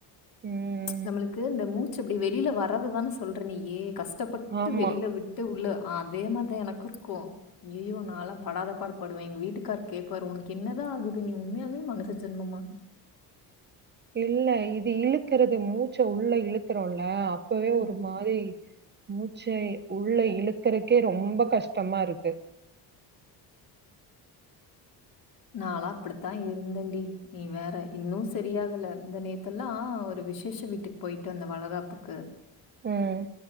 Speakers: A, on the right (about 25°); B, on the left (about 55°).
A: ம்.
B: நம்மளுக்கு இந்த மூச்சு இப்படி வெளியில வர்றதுதான சொல்றே நீ யி கஷ் டப்பட்டு
A: ஆமா.
B: வெளியில விட்டு உள்ள அதே மாரிதா எனக்கு இருக்கும் ஐயயோ நான்லா படாதபாடுபடுவெ எங்க வீட்டுக்கார் கேட்பாரு உனக்கு என்னதா ஆகுது நீ உண்மையாவே மனுச ஜென்மமா
A: இல்ல இது இலுக்குறது மூச்ச உள்ள இலுக்கறோல்ல அப்பவே ஒரு
B: ம்.
A: மாரி மூச்சை உள்ள இழுக்கறக்கே ரொம்ப கஷ்டமா இருக்கு
B: நாளா அப்படித்தா இருந்தேண்டி நீ வேற இன்னும் சரியாகல இந்த நேத்தெல்லா ஒரு விசேஷ வீட்டுக்கு பொயிட்டு வந்த வளகாப்புக்கு
A: ம்.